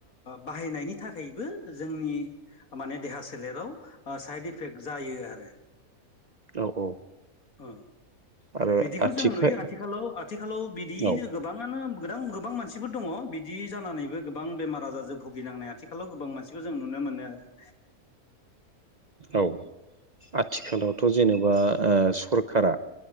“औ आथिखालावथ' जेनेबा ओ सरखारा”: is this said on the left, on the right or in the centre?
Right